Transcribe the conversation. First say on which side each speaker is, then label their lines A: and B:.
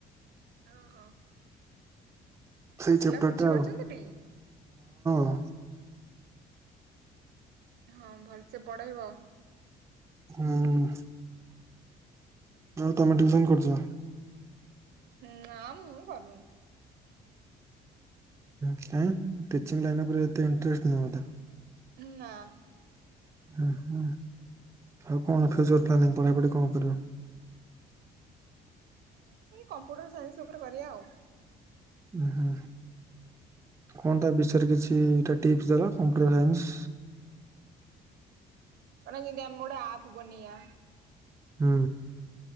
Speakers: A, on the right (about 70°); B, on the right (about 15°).
A: ଓ ହୋ।
B: ସେଇ
A: ପିଲା
B: ଚାପ୍ଟର
A: ବୁଝି
B: ଟା ଆଉ।
A: ପାରୁଛନ୍ତି ଟି?
B: <inaudible>
A: ହଁ, ଭଲସେ ପଢେଇବ ।
B: ହୁଁ। ଆଉ ତମେ ଟ୍ୟୁସନ କରୁଛ?
A: ନା ମୁଁ କରୁନି।
B: କାଇଁ ଟିଚିଂ ଲାଇନ ଉପରେ ଏତେ ଇଣ୍ଟରେଷ୍ଟ ନୁହଁ ବଧେ?
A: ନା।
B: ଆଉ କଣ ଫ୍ୟୁଚର ପ୍ଲାନିଂ ପଢାପଢି କଣ କରିବ?
A: କଣ ଏଇ କମ୍ପ୍ୟୁଟର ସାଇନ୍ସ ଉପରେ କରିବା ଆଉ।
B: ଉଁ ହୁଁ। କଣ ତା ବିସୟରେ କିଛି? ଟିପ୍ସ ଦେଲ, କମ୍ପ୍ୟୁଟର୍ ସାଇନ୍ସ।
A: <unintelligible> ଯେମତିି ଆମେ ଗୋଟେ ଆପ ବନେଇବା।
B: ହୁଁ।